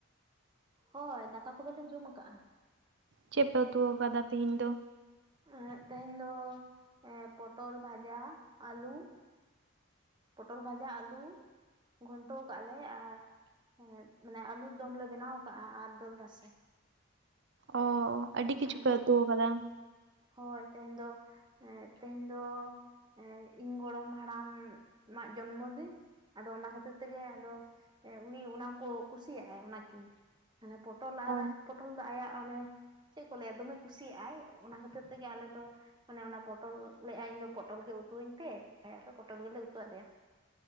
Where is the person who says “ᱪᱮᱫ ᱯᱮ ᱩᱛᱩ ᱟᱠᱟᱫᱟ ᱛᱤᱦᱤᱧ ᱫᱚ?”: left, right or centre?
Right